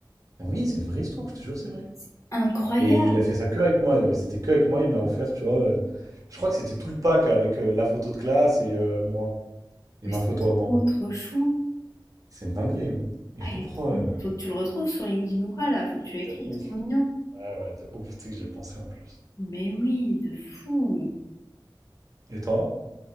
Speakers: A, on the right (about 45°); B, on the left (about 40°).
A: Ah Oui, c'est une vraie histoire, je te jure, c'est vrai.
B: C'est incroyable.
A: Et il a fait ça que avec moi. et C'était que avec moi. Il m'a offert, tu vois. euh, je crois que c'était tout le pack avec euh, la photo de classe et euh, moi. Et
B: Mais
A: ma
B: c'est
A: photo
B: trop,
A: à moi.
B: trop chou.
A: C'est une dinguerie, hein. Et
B: Ah,
A: je sais
B: il
A: pas pourquoi.
B: est trop
A: euh,
B: faut que tu le retrouves sur LinkedIn ou quoi là, faut que tu l'écris,
A: De
B: il
A: ouf.
B: est trop mignon.
A: Ouais, ouais, de ouf. Tu sais que j'ai pensé en plus.
B: Mais oui, de fou.
A: Et toi?